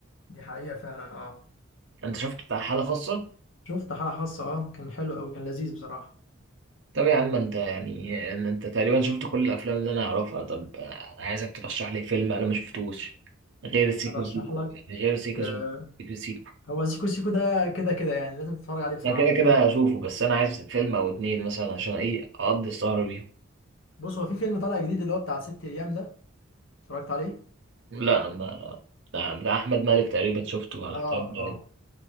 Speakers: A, on the left (about 65°); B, on the right (about 60°).
A: دي حقيقة فعلا اه
B: أنت شفت بتاع حالة خاصة؟
A: شفت حالة خاصة اه كان حلو قوي كان لذيذ بصراحة
B: طب يا عم انت يعني يعني انت تقريبا شفت كل الافلام اللي انا اعرفها طب انا عايزك ترشح لي فيلم انا ما شفتوش غير سيكو
A: ارشح
B: سيكو
A: لك
B: يعني غير سيكو
A: آه،
B: سيكو سيكو سيكو.
A: هو سيكو سيكو ده كده كده يعني لازم تتفرج عليه بصراحة
B: انا كده كده
A: لان
B: هشوفه بس انا عايز فيلم او اتنين مثلا عشان ايه اقضي السهرة بيهم
A: بص هو في فيلم طالع جديد اللي هو بتاع ست ايام ده اتفرجت عليه
B: لا ما بتاع بتاع احمد مالك تقريبا شفته على
A: اه
B: الكلام ده
A: اه